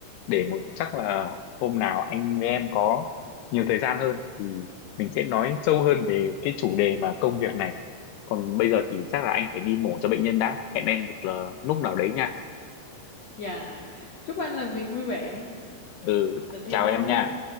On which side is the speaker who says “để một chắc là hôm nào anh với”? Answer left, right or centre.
Left